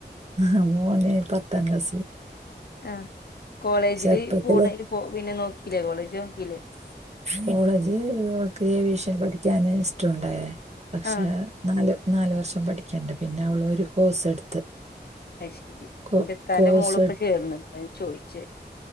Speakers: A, on the right (about 40°); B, on the left (about 60°).
A: ആ മോന് പത്താം ക്ലാസില്
B: ആ കോളേജില്
A: ചെറുപ്പത്തിലെ
B: പോണ പോ പിന്നെ നോക്കില്ലേ കോളേജ് നോക്കില്ലേ
A: കോളേജ് അവൾ ക്ക് വിഷൻ പഠിക്കാന് ഇഷ്ടമുണ്ടായ പക്ഷെ
B: ആഹ്
A: നല് നാല് വർഷം പഠിക്കണ്ടെ പിന്നെ അവള് ഒരു കോഴ്സ് എടുത്ത്
B: അയ് ശരി
A: കോ
B: എന്റെത്താന്റെ
A: കോഴ്സ്
B: മോളിപ്പ ചേർന്നു അതാ ഞാൻ ചോയിച്ചേ